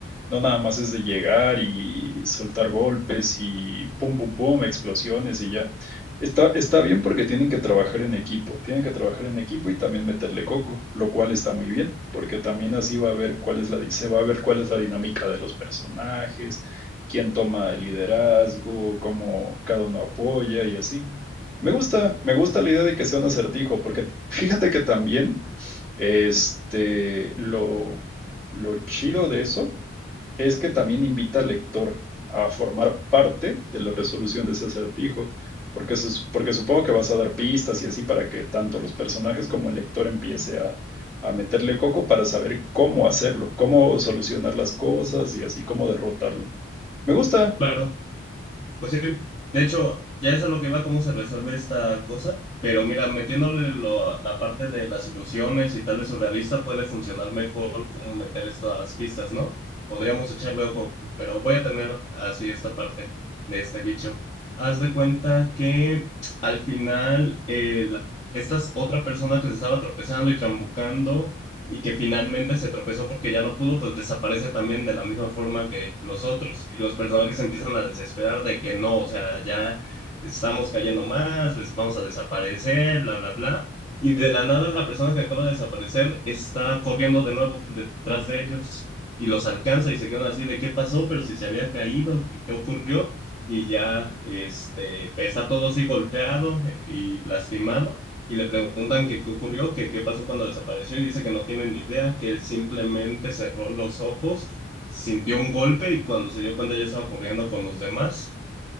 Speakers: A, in the centre; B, on the left.
A: No nada más es de llegar y soltar golpes y pum, pum, pum, explosiones y ya. Está, está bien porque tienen que trabajar en equipo, tienen que trabajar en equipo y también meterle coco, lo cual está muy bien, porque también así va a ver cuál es la, di- se va a ver cuál es la dinámica de los personajes, quién toma el liderazgo, cómo cada uno apoya y así. Me gusta, me gusta la idea de que sea un acertijo, porque t- fíjate que también este, lo, lo chido de eso es que también invita al lector a formar parte de la resolución de ese acertijo, porque, sus- porque supongo que vas a dar pistas y así para que tanto los personajes como el lector empiece a, a meterle coco para saber cómo hacerlo, cómo solucionar las cosas y así cómo derrotarlo. Me gusta.
B: Claro. Pues sí, de hecho, ya es a lo que va cómo se resuelve esta cosa, pero mira, metiéndole lo- la parte de las ilusiones y tal vez surrealista puede funcionar mejor como meter esto a las pistas, ¿no? Podríamos echarle ojo, pero voy a terminar así esta parte de este bicho. Haz de cuenta que al final el- esta es otra persona que se estaba tropezando y trambucando y que finalmente se tropezó porque ya no pudo, pues desaparece también de la misma forma que los otros y los personajes empiezan a desesperar de que no, o sea, ya estamos cayendo más, les vamos a desaparecer, bla, bla, bla. Y de la nada la persona que acaba de desaparecer está corriendo de nuevo detrás de ellos y los alcanza y se quedan así de qué pasó, pero si se había caído, qué, qué ocurrió. Y ya este, está todo así golpeado eh, y lastimado y le preguntan que qué ocurrió, que qué pasó cuando desapareció y dice que no tiene ni idea, que él simplemente cerró los ojos, sintió un golpe y cuando se dio cuenta ya estaba corriendo con los demás.